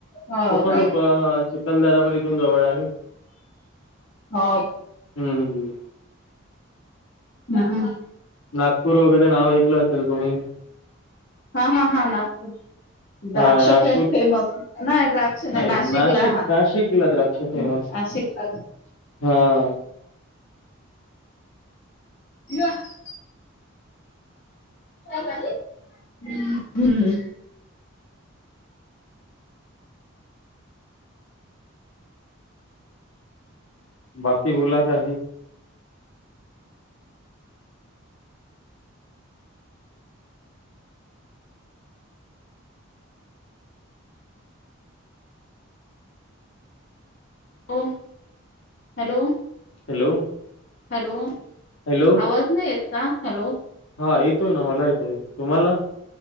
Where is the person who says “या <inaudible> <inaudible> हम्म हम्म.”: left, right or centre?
Left